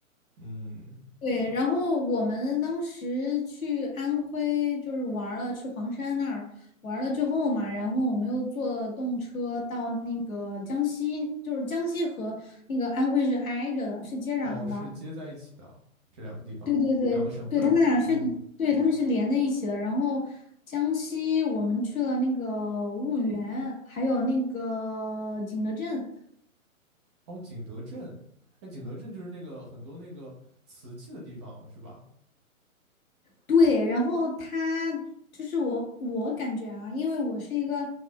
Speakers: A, on the right; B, on the left.
A: 嗯，
B: 对，然后我们当时去安徽就是玩儿了，去黄山那儿玩儿了之后嘛，然后我们又坐动车到那个江西，就是江西和那个安徽是挨着的，是接壤的。
A: 哦，是接在一起的啊这两个地方，
B: 对对对，
A: 两个省份。
B: 对，他们俩是，
A: 嗯。
B: 对，他们是连在一起的。然后江西我们去了那个婺源，还有那个景德镇。
A: 哦，景德镇，哎，景德镇就是那个很多那个瓷器的地方是吧？
B: 对，然后他就是我，我感觉啊，因为我是一个